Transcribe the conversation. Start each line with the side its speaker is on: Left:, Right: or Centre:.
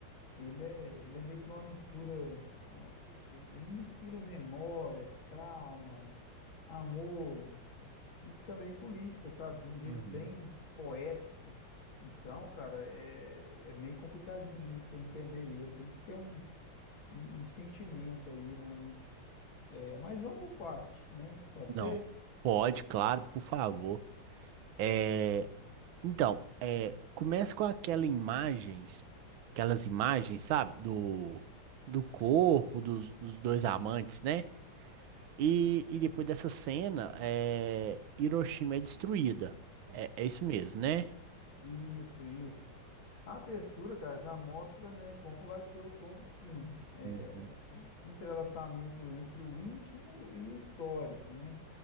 Left: Ele é, ele é meio que uma mistura, ah, e- ele, ele mistura memória, trauma, amor e também política, sabe? De um jeito
Right: Uhum.
Left: bem poético. Então, cara, é, é meio complicadinho mesmo pra você entender ele. Tem que ter um, um, um sentimento aí, né? Um, é, mas vamos por parte, né? Pode
Right: Não.
Left: ser?
Right: Pode, claro, por favor. É, então. Começa com aquela imagens, aquelas imagens, sabe? Do, do corpo dos, dos dois amantes, né? E, e depois dessa cena, é, Hiroshima é destruída. É, é isso mesmo, né?
Left: Isso, isso. A abertura, cara, já mostra, né, como vai ser o tom do filme. É
Right: Uhum,
Left: um entrelaçamento entre o íntimo e o histórico, né?